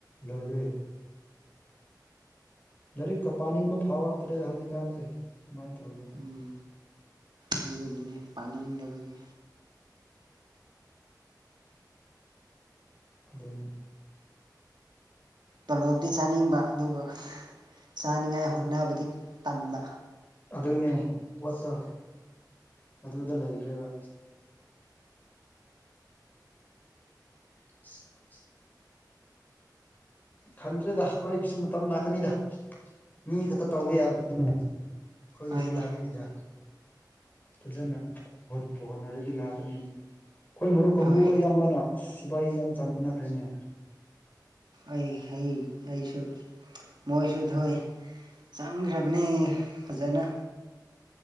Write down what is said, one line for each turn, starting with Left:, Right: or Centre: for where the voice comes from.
Left: ꯂꯣꯏꯒ꯭ꯔꯦ ꯂꯥꯏꯔꯤꯛꯀ ꯄꯥꯅꯤꯡꯕ ꯐꯥꯎꯔꯛꯇ꯭ꯔꯦꯗ ꯍꯧꯖꯤꯛꯀꯥꯟꯁꯦ ꯀꯃꯥꯏ ꯇꯧꯗꯣꯏꯅ‌ꯣ
Right: ꯎꯝ ꯑꯗꯨꯒꯤꯅꯤꯅꯦ ꯄꯥꯅꯤꯡꯗꯕꯒꯤ
Left: ꯑꯗꯨꯅꯤ
Right: ꯇꯣꯂꯣꯞꯇꯤ ꯆꯥꯅꯤꯡꯕ ꯑꯗꯨꯒ ꯆꯥꯅꯤꯡꯉꯥꯏ ꯍꯣꯠꯅꯕꯗꯤ ꯇꯟꯕ
Left: ꯑꯗꯨꯅꯦ ꯄꯣꯠꯇꯣ ꯍ ꯑꯗꯨꯗ ꯂꯩꯈ꯭ꯔꯦꯕ <unintelligible> ꯈꯪꯗ꯭ꯔꯦꯗꯥ ꯑꯩꯈꯣꯏꯒꯤꯁꯨ ꯃꯇꯝ ꯂꯥꯛꯀꯅꯤꯗꯥ ꯃꯤ ꯈꯇ ꯇꯧꯕ
Right: ꯍꯣꯏ
Left: ꯌꯥꯕꯔꯣ <unintelligible> ꯑꯩꯈꯣꯏꯒꯤꯁꯨ
Right: ꯍꯣꯏꯅꯦ
Left: ꯂꯥꯛꯀꯅꯤꯗꯥ ꯐꯖꯅ ꯍꯣꯠꯄꯨ ꯍꯣꯠꯅꯔꯗꯤ ꯂꯥꯛꯀꯅꯤ ꯈꯣꯏ ꯃꯔꯨꯞ ꯀꯥꯡꯕꯨ
Right: ꯍꯣꯏ
Left: ꯑꯌꯥꯝꯕꯅ ꯑꯁ ꯁꯤꯕꯥꯏ ꯌꯥꯝ ꯆꯪꯅꯈ꯭ꯔꯦꯅꯦ
Right: ꯑꯩ ꯍꯩ ꯑꯩꯁꯨ <unintelligible> ꯃꯣꯏꯁꯨ ꯊꯧꯋꯦ ꯆꯪꯈ꯭ꯔꯕꯅꯦ ꯐꯖꯅ